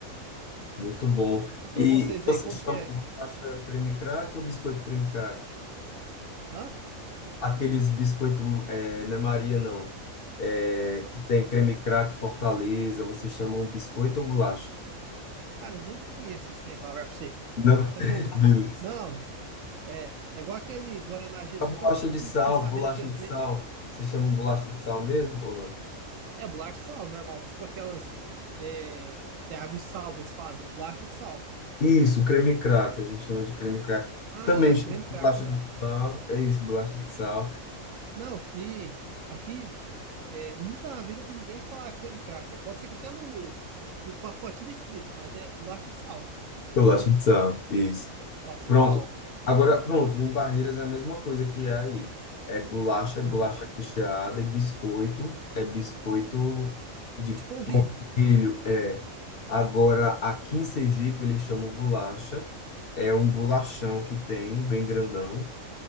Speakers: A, on the left; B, on the right.
A: Muito bom.
B: E, e para
A: E
B: vocês
A: você
B: aí, como
A: chama
B: que é?
A: bolacha creme crack ou biscoito creme crack?
B: Hã?
A: Aqueles biscoito, é, não é Maria, não. É, que tem creme crack, Fortaleza, vocês chamam biscoito ou bolacha?
B: Cara, eu nem conheço esse trem, falar pra você.
A: Não,
B: Então,
A: <laughs>
B: com...
A: beleza.
B: Não, é, é igual aquele Guaraná Jesus,
A: A bolacha
B: eu
A: de
B: fui,
A: sal,
B: fui saber
A: bolacha
B: daquele
A: de
B: trem.
A: sal. Vocês chamam bolacha de sal mesmo ou não?
B: É bolacha de sal, normal. Tipo aquelas é, que tem água de sal, que eles falam, né? Bolacha de sal.
A: Isso, creme crack, a gente chama de creme crack.
B: Ah,
A: Também chama
B: creme
A: de
B: cracker.
A: bolacha
B: Não,
A: de sal. É isso, bolacha de sal.
B: não, que aqui é, eu nunca na vida vi ninguém falar creme cracker. Pode ser que até no, no pacotinho tá escrito, mas é bolacha de sal.
A: Bolacha de sal, isso.
B: Plástico
A: Pronto.
B: de sal.
A: Agora, pronto, em Barreiras é a mesma coisa que é aí. É bolacha, é bolacha
B: Aham.
A: recheada, e biscoito, é biscoito de
B: Tipo polvilho.
A: milho, é. Agora, aqui em Sergipe, eles chamam bolacha. É um bolachão que tem, bem grandão.